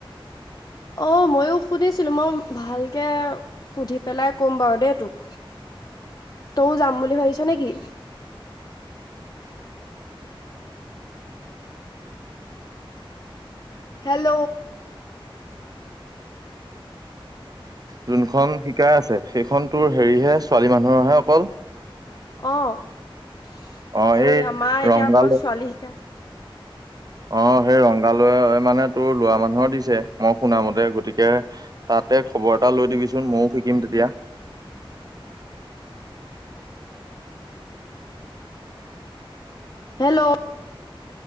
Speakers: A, on the left; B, on the right.
A: অ', মইও শুনিছিলোঁ মই ভালকে সুধি পেলাই ক'ম বাৰু দেই তোক তইও যাম বুলি ভাবিছ নেকি? হেল্ল'।
B: যোনখন শিকাই আছে, সেইখন তোৰ হেৰিহে, ছোৱালী মানুহৰহে অকল।
A: অ', সেই
B: অ এই
A: আমাৰ
B: ৰংগালয়
A: এতিয়া অকল ছোৱালী শিকাই।
B: অ', সেই ৰংগালয়ত মানে, তোৰ ল'ৰা মানুহক দিছে মই শুনামতে গতিকে তাতে খবৰ এটা লৈ দিবিচোন। ময়ো শিকিম তেতিয়া।
A: হেল্ল'।